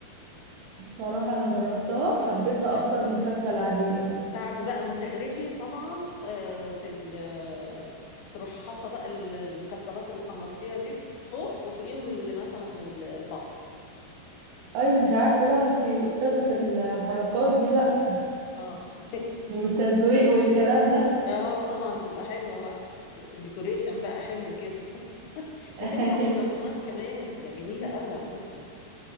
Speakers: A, on the right; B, on the left.
A: بصراحة أنا جربتها حبيتها
B: حلو.
A: أكتر من الكبسة العادية
B: بعد بقى ما تغرفي طبعا آه في ال آه، تروحي حاطة بقى ال- المكسرات اللي حمرتيها دي فوق وفوقيهم اللي مثلا ال- البصل
A: أيوة أنت عارفة بقى أنت أستاذة في الحركات دي بقى
B: اه <laughs>
A: والتزويق والكلام ده
B: اه طبعا تبقى حلوة بقى ديكوريشن بقى حلو كده <laughs>
A: <laughs>
B: دي تنفع في العزومات كمان تبقى جميلة قوي على فكرة